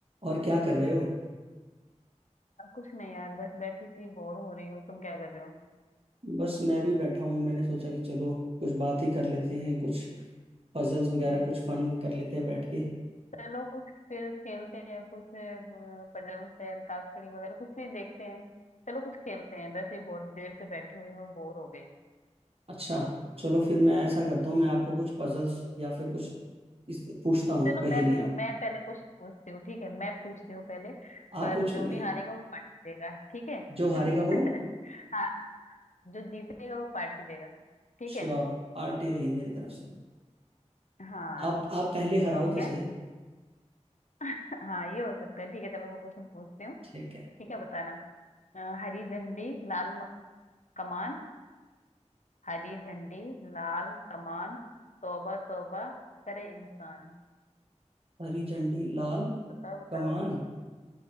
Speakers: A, on the right; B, on the left.
A: और क्या कर रहे हो
B: अब कुछ नहीं यार बस बैठी थी बोर हो रही हूँ तुम क्या कर रहे हो
A: बस मैं भी बैठा हूँ मैंने सोचा कि चलो कुछ बात ही कर लेते हैं कुछ पजल्स
B: हम्म,
A: वगैरह कुछ फन कर लेते हैं बैठ के
B: चलो कुछ फिर खेलते हैं कुछ पजल्स है अंताक्षरी वगैरह कुछ भी देखते हैं चलो कुछ खेलते हैं वैसे ही बहुत देर से बैठी हुई हूँ बोर हो गई
A: अच्छा चलो फिर
B: हम्म,
A: मैं ऐसा करता हूँ मैं आपको कुछ पजल्स या फिर कुछ इस पूछता हूँ
B: चलो मैं
A: पहेलियाँ
B: पहले मैं पहले क्वेश्चन पूछती हूँ ठीक है मैं पूछती हूँ पहले
A: आप
B: पर
A: पूछोगे
B: जो भी हारेगा वो पार्टी देगा ठीक है
A: जो हारेगा वो
B: <laughs> हाँ जो जीतेगा वो पार्टी देगा ठीक
A: श्योर
B: है
A: पार्टी रही मेरी तरफ से
B: हाँ
A: आप आप पहले हराओ
B: ठीक
A: तो
B: है
A: सही
B: <laughs> हाँ ये हो सकता है ठीक है चलो मैं क्वेश्चन पूछती हूँ
A: ठीक है
B: ठीक है बताना अ, हरी झंडी लाल कमान हरी झंडी लाल कमान तौबा तौबा करे इंसान
A: हरी झंडी लाल
B: बताओ बताओ
A: कमान